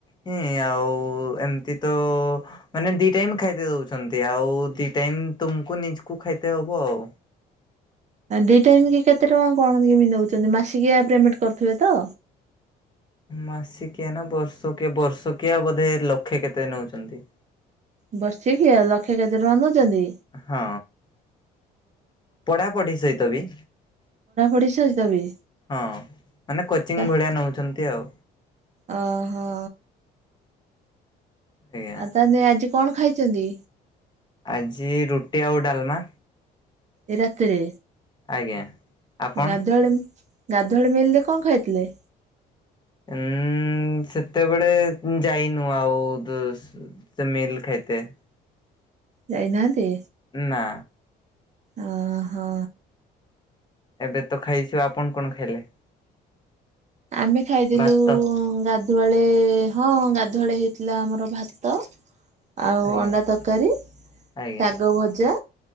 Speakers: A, on the left; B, on the right.
A: ହିଁ ଆଉ ଏମତି ତ ମାନେ ଦି ଟାଇମ ଖାଇତେ ଦୋଉଛନ୍ତି ଆଉ ଦି ଟାଇମ ତୁମୂକୁ ନିଜକୁ ଖାଇତେ ହବ ଆଉ।
B: ଦି ଟାଇମ କି କେତେ ଟଙ୍କା କଣ ମିଲ୍ ନଉଛନ୍ତି ମାସିକିଆ ପେମେଣ୍ଟ କରୁଥିବେ ତ?
A: ମାସିକିଆ ନା ବର୍ଷକେ ବର୍ଷକିଆ ବୋଧେ ଲକ୍ଷେ କେତେ ନୋଉଛନ୍ତି।
B: ବର୍ଷିକିଆ ଲକ୍ଷେ କେତେ ଟଙ୍କା ନୋଉଛନ୍ତି।
A: ହଁ ପଢାପଢି ସହିତ ବି।
B: ଟିସନ୍ ସ ବି।
A: ହଁ ମାନେ କୋଚିଂ
B: ତା
A: ଭଳିଆ ନୋଉଛନ୍ତି ଆଉ।
B: ଓହୋ।
A: ଆଜ୍ଞା।
B: ଆ ତାହେଲେ ଆଜି କଣ ଖାଇଚନ୍ତି?
A: ଆଜି ରୁଟି ଆଉ ଡାଲମା।
B: ଏ ରାତିରେ
A: ଆଜ୍ଞା ଆପଣ?
B: ଗାଧୁଆଳେ ଗାଧୁଆଳେ ମିଲ୍ ରେ କଣ ଖାଇଥିଲେ।
A: ଉଁ ସେତେବେଳେ ଉଁ ଯାଇନୁ ଆଉ ଦୁସ୍ ସେ ମୀଲ୍ ଖାଇତେ।
B: ଯାଇନାହାନ୍ତି।
A: ନା।
B: ଓହୋ।
A: ଏବେ ତ ଖାଇଚୁ ଆପଣ କଣ ଖାଇଲେ।
B: ଆମେ ଖାଇଥିଲୁ
A: ଭାତ
B: ଗା ଧୁଆଳେ ହଁ ଗାଧୁଆଳେ ହେଇଥିଲା ଆମର ଭାତ ଆଉ
A: ଆଜ୍ଞା
B: ଅଣ୍ଡା ତରକାରୀ ଶାଗ
A: ଆଜ୍ଞା
B: ଭଜା